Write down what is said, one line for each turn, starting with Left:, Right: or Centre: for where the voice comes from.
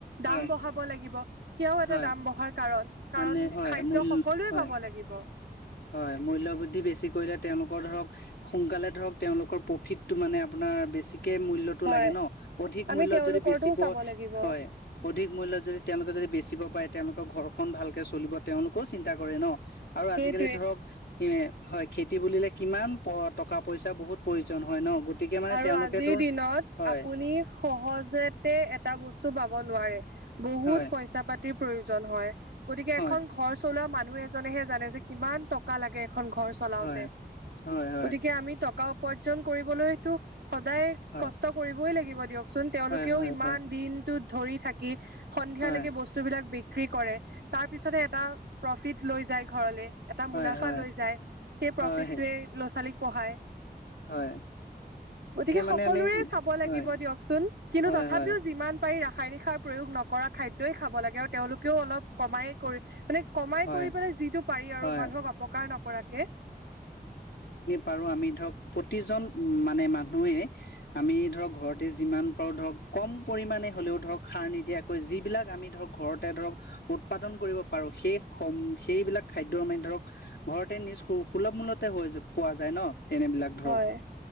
Right: দাম
Left: হয়
Right: বঢ়াব লাগিব সেয়াও এটা
Left: হয়
Right: দাম বঢ়াৰ কাৰণ কাৰণ
Left: মানে হয়
Right: খাদ্য
Left: মূল
Right: সকলোৱে
Left: হয়
Right: পাব লাগিব
Left: হয় মূল্যবৃদ্ধি বেছি কৰিলে তেওঁলোকৰ ধৰক। সোনকালে ধৰক তেওঁলোকৰ প্ৰফিটটো মানে আপোনাৰ বেছিকে মূল্যত টো
Right: হয়
Left: লাগে ন অধিক
Right: আমি
Left: মূল্যত
Right: তেওঁলোকৰটোও
Left: যদি বেচিব
Right: চাব লাগিব
Left: হয় অধিক মূল্য যদি তেওঁলোকে যদি বেচিব পাৰে তেওঁলোকৰ ঘৰখন ভালকে চলিব তেওঁলোকেও চিন্তা কৰে ন আৰু
Right: সেইটোৱে
Left: আজিকালি ধৰক এ হয় খেতি বুলিলে কিমান প টকা পইচা বহুত প্ৰয়োজন হয় ন গতিকে মানে
Right: আৰু
Left: তেওঁলোকেতো
Right: আজিৰ দিনত
Left: হয়।
Right: আপুনি সহজতে এটা বস্তু পাব নোৱাৰে বহুত
Left: হয়
Right: পইচা পাতি <unintelligible> প্ৰয়োজন হয়। গতিকে
Left: হয়
Right: এখন ঘৰ চলোৱা মানুহ এজনেহে জানে যে কিমান টকা লাগে এখন ঘৰ চলাওঁতে।
Left: হয় হয় হয়
Right: গতিকে আমি টকা উপাৰ্জন কৰিবলৈতো সদায়
Left: হয় হয়
Right: কষ্ট কৰিবই লাগিব দিয়ক চোন তেওঁলোকেও
Left: হয় হয়
Right: ইমান দিনটোত ধৰি থাক সন্ধিয়ালৈকে
Left: হয় হয়
Right: বস্তু বিলাক বিক্ৰী কৰে তাৰ পিছতহে এটা। প্ৰফিট লৈ যায় ঘৰলে এটা
Left: হয়
Right: মুনাফা
Left: হয়
Right: লৈ যায় সেই প্ৰফিটটোৱে
Left: হয়
Right: ল'ৰা ছোৱালীক পঢ়ায়।
Left: হয়।
Right: গতিকে
Left: মানে
Right: সকলোৰে
Left: আমি
Right: চাব লাগিব
Left: হয়
Right: দিয়কচোন কিন্তু
Left: হয়
Right: তথাপিও
Left: হয়
Right: যিমান পাৰি ৰাসায়নিক সাৰ প্ৰয়োগ নকৰা খাদ্যই খাব লাগে আৰু তেওঁলোকেও অলপ কমাই কৰি মানে কমাই
Left: হয়
Right: কৰি পেলাই যিটো পাৰি
Left: হয়
Right: আৰু মানুহক অপকাৰ নকৰাকে।
Left: পাৰোঁ আমি ধৰক প্ৰতিজন মানে মানুহে। আমি ধৰক ঘৰতে যিমান পাৰোঁ ধৰক কম পৰিমাণে হ'লেও ধৰক সাৰ নিদিয়া যিবিলাক আমি ধৰক ঘৰতে ধৰক উৎপাদন কৰিব পাৰোঁ সেই সেইবিলাক খাদ্য মানে ধৰক ঘৰতে নিজ সু-সুলভ মূলতে হৈ পোৱা যায় নহ। তেনেবিলাক ধৰক।
Right: হয়